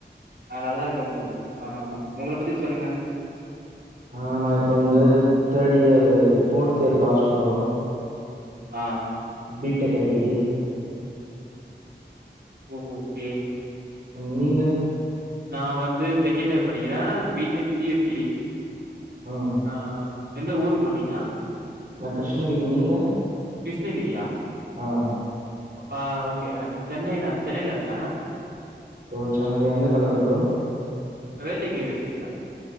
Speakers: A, on the right; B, on the right.
A: ஆஹ் நல்லாருக்கே ப்ரோ ஆஹ் உங்கள பத்தி சொல்லுங்க
B: ஆஹ் நான் இப்ப வந்து that year fourth year last bro
A: ஆஹ்
B: பீடெக் ஐ டி
A: ஓ ஹோ ஓக்கே
B: ம் நீங்க
A: நான் வந்து செகண்ட் இயர் படிக்கிறேன் பிடெக் சி எஸ் டி
B: ஆ
A: ஆஹ் ஆஹ் எந்த ஊரு ப்ரோ நீங்க
B: நான் கிருஷ்ணகிரி நீங்க
A: கிருஷ்ணகிரியா
B: ஆஹ்
A: ஆ ஓக்கே ஐயம் சென்னை நான் சென்னைல இருக்கே
B: ஓ சென்னை அங்க எந்த காலேஜ்
A: ஆ
B: ப்ரோ
A: வேல்டெக் யுனிவர்சிட்டி தான்